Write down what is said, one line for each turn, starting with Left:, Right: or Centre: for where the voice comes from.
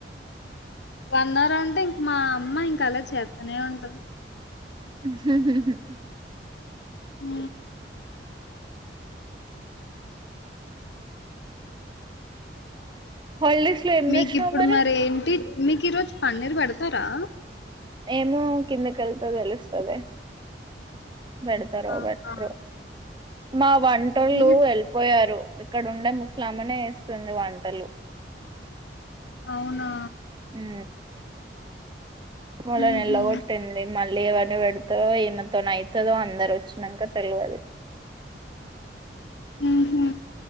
Left: వన్ అవర్ అంటే ఇంక మా అమ్మ ఇంకా అలా చేత్తనే ఉంటది
Right: హ
Left: ఊ
Right: హాలిడేస్ లో ఏం
Left: మీకిప్పుడు
Right: చేసినావు మరి
Left: మరేంటి మీకు ఈరోజు పన్నీర్ పెడతారా?
Right: ఏమో కిందకెళ్తో తెలుస్తాదె పెడతారో
Left: ఆహా!
Right: పెట్రో మా వంటోళ్ళు
Left: మీరు
Right: వెళ్ళిపోయారు ఇక్కడ ఉండే ముస్లామనే ఏస్తుంది వంటలు
Left: అవునా
Right: ఊ వాళ్లని
Left: హుహు.
Right: ఎల్ల గొట్టింది మల్ మళ్ళీ ఏవర్ని పెడతో ఈన్నతోన ఐతదో అందరు వచ్చినాక తెలియదు
Left: ఉహు